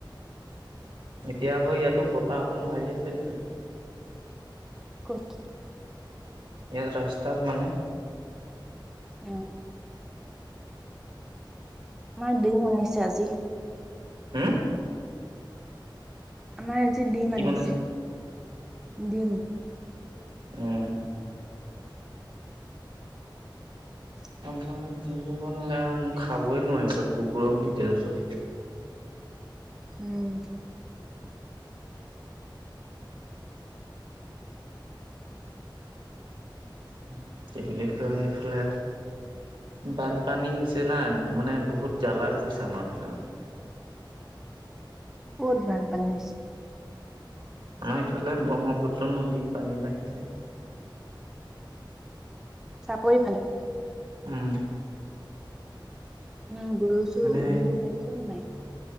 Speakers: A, on the right; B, in the centre.
A: এতিয়া আকৌ ইয়াতো বতাহ অকণ মাৰি আছে দেই।
B: ক'ত?
A: ইয়াত ৰাস্তাত মানে।
B: উম। মা ডিম আনিছে আজি।
A: হম?
B: আমাৰ জি ডিম
A: কি
B: আনিছে।
A: বনাইছে
B: ডিম।
A: উম
B: <inaudible>
A: আমাৰ যিহে বনালে আৰু মই খাবই নোৱাৰিলো, কুকুৰক দি দিলো চব।
B: উম।
A: <unintelligible> এইফালে। বানপানী হৈছে না, মানে বহুত জ্বালা হৈ গৈছে আমাৰ ফালে মানে।
B: ক'ত বানপানী হৈছে?
A: আমাৰ ইফালে ব্ৰহ্মপুত্ৰ নদী পানী বাঢ়িছে
B: চাপৰিফালে
A: উম
B: উম গৰু চৰু
A: মানে
B: দিব পাৰিছে নে নাই